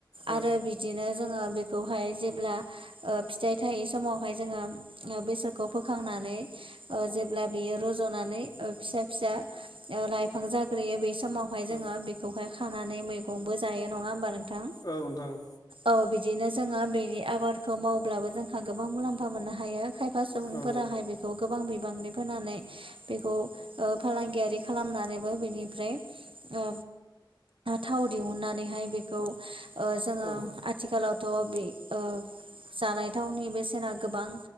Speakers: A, on the left; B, on the right.
A: औ
B: आरो बिदिनो जोङो बेखौहाय जेब्ला ओ फिथाइ थायि समावहाय जोङो बेसरखौ फोखांनानै ओ जेब्ला बेयो रज'नानै फिसा फिसा लाइफां जाग्रोयो बे समाव बेहाय जोङो
A: औ
B: बेखौहाय खानानै मैगंबो जायो नङा होमबा नोंथां
A: औ नोंथां औ
B: औ बिदिनो जोङो बेनि आबादखौ मावब्लाबो जोंहा गोबां मुलाम्फा मोननो हायो खायफा सुबुंफोराहाय
A: औ
B: बेखौ गोबां बिबांनि फोनानै बेखौ ओ फालांगियारि खालामनानैबो बेनिफ्राय ओ थाव दिहुननानैहाय बेखौ ओ जोङो
A: औ
B: आथिखालावथ' बे ओ जानाय थावनि बेसेना गोबां